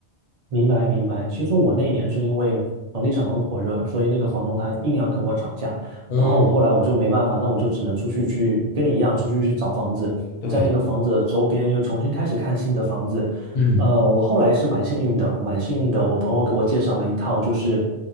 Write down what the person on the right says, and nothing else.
明白，明白。其实我那年是因为房地产很火热，所以那个房东他硬要跟我涨价，
然后我后来我就没办法，那我就只能出去去跟你一样出去去找房子，
在那个房子的周边又重新开始看新的房子。
呃，我后来是蛮幸运的，蛮幸运的，我朋友给我介绍了一套，就是